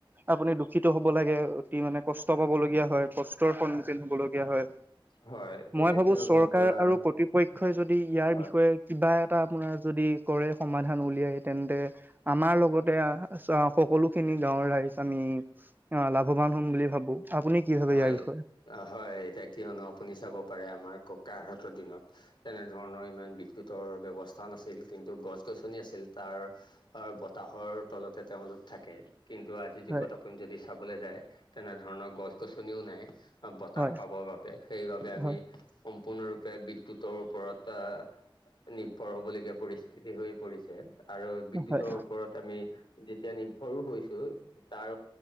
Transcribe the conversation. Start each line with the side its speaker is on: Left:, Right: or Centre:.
Right: আপুনি দূখিত হ'ব লাগে। অতি মানে কষ্ট পাবলগীয়া হয় কষ্টৰ সন্মুখীন হ'বলগীয়া হয়।
Left: হয়।
Right: মই
Left: এতিয়া
Right: ভাবো
Left: কিয়নো
Right: চৰকাৰ
Left: আপোনাৰ
Right: আৰু কৰ্তৃপক্ষই যদি ইয়াৰ
Left: হয়
Right: বিষয়ে কিবা এটা আপোনাৰ যদি কৰে সমাধ ধান উলিয়াই তেন্তে আমাৰ লগতে সকলো খিনি গাঁৱৰ ৰাইজ আমি অ লাভৱান হম বুলি ভাবো। আপুনি কি ভাবে
Left: হয়
Right: ইয়াৰ বিষয়ে
Left: হয় এতিয়া কিয়নো আপুনি চাব পাৰে আমাৰ ককাহঁতৰ দিনত তেনেধৰণৰ ইমান বিদ্যুতৰ ব্যৱস্থা নাছিল কিন্তু গছ গছনি আছিল তাৰ অ বতাহৰ তলতে তেওঁলোক থাকে। কিন্তু আজিৰ যুগত
Right: হয়
Left: আপুনি যদি চাবলৈ যায় তেনেধৰণৰ গছ গছনিও নাই বতাহ
Right: হয়
Left: পাবৰ বাবে সেইবাবে আমি
Right: হয়
Left: সম্পূৰ্ণৰূপে বি দ্যুতৰ ওপৰত নিৰ্ভৰ হবলগীয়া পৰিস্থিতি হৈ পৰিছে। আৰু বিদ্যুৎৰ
Right: হয়
Left: ওপৰত আমি যেতিয়া নি সৰু হৈছো তাৰ